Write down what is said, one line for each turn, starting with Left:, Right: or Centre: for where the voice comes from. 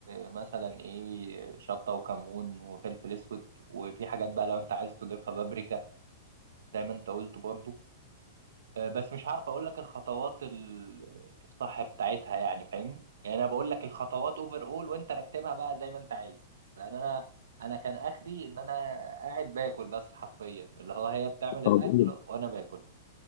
Right: مثلا ايه شطة وكمون وفلفل اسود وفي حاجات بقى لو انت عايز تضيفها بابريكا زي ما انت قلت برضو آه، بس مش عارف اقول لك الخطوات ال- الصح بتاعتها يعني فاهمني يعني انا بقول لك الخطوات اوفر اول وانت رتبها بقى زي ما انت عايز لان انا انا كان اخري ان انا قاعد باكل بس حرفيا اللي هو هي بتعمل
Left: طب
Right: الاكل
Left: قول لي.
Right: وانا باكل